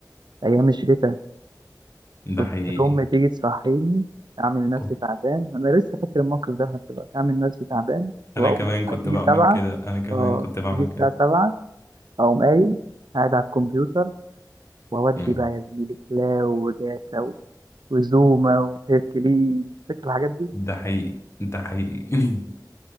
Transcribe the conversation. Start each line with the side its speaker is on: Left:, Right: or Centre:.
Right: أيام الشتاء
Left: ده حقيقي
Right: كانت أمي تيجي تصحيني أعمل نفسي
Left: أو-
Right: تعبان أنا لسه فاكر الموقف ده لحد دلوقتي أعمل نفسي تعبان وأقوم
Left: أنا كمان
Right: الساعة
Left: كنت
Right: تيجي
Left: بعمل
Right: سبعة
Left: كده أنا كمان
Right: أه
Left: كنت بعمل
Right: تيجي الساعة
Left: كده
Right: سبعة أقوم قايم قاعد على الكمبيوتر وأودي
Left: مم،
Right: بقى يا زميلي كلاو وجاتا و- وزوما وهيركليز فاكر الحاجات دي
Left: ده حقيقي ده حقيقي <laughs>